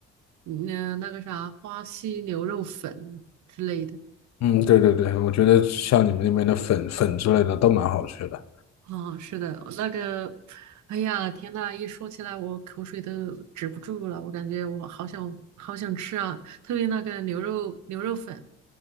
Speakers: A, on the right; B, on the left.
A: 那那个啥花溪牛肉粉之类的。
B: 嗯，对对对，我觉得像你们那边的粉粉之类的都蛮好吃的。
A: 哦，是的，那个，哎呀，天呐，一说起来我口水都止不住了，我感觉我好想好想吃啊，特别那个牛肉牛肉粉，